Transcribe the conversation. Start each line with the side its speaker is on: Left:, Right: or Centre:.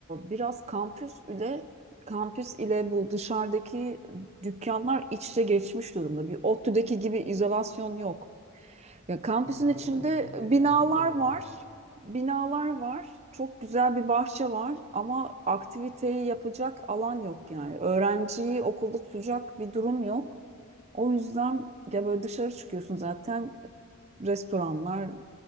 Right: biraz kampüs ile kampüs ile bu dışarıdaki dükkanlar iç içe geçmiş durumda. Bir ODTÜ'deki gibi izolasyon yok. Ya kampüsün
Left: Ha işte
Right: içinde
Left: onu müzik de yani
Right: binalar
Left: onu diyorum
Right: var.
Left: ya.
Right: Binalar var. Çok güzel bir bahçe var ama aktiviteyi yapacak alan yok yani. Öğrenciyi okulda tutacak bir durum yok. O yüzden ya böyle dışarı çıkıyorsun zaten restoranlar,